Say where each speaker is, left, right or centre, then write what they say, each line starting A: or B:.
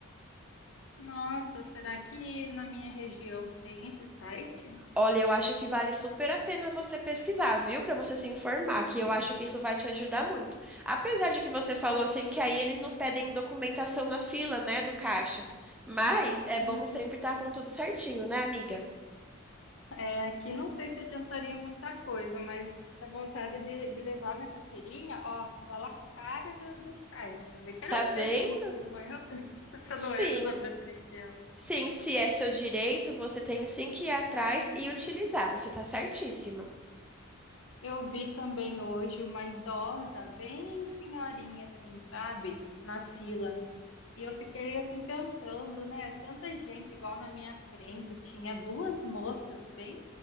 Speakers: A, on the left; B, in the centre.
A: Nossa, será que na minha região tem esse site?
B: Olha, eu acho que vale super a pena você pesquisar, viu? Para você se informar,
A: Uhum.
B: que eu acho que isso vai te ajudar muito. Apesar de que você falou assim que aí eles não pedem documentação na fila, né, do caixa. Mas é
A: Uhum.
B: bom sempre estar com tudo certinho, né, amiga?
A: É, aqui não sei se adiantaria muita coisa, mas dá vontade de, de levar minha carteirinha, ó, dá lá a cara do- dos caixas. né? Quero
B: Tá vendo?
A: ver se eu não, não entro, <laughs> se eu não
B: Sim.
A: entro na preferencial.
B: Sim, se é seu direito, você tem sim que ir atrás
A: Uhum.
B: e utilizar. Você tá certíssima.
A: Eu vi também hoje uma idosa, bem senhorinha, assim, sabe, na fila. E eu fiquei assim pensando, né? Tanta gente igual na minha frente, tinha duas moças bem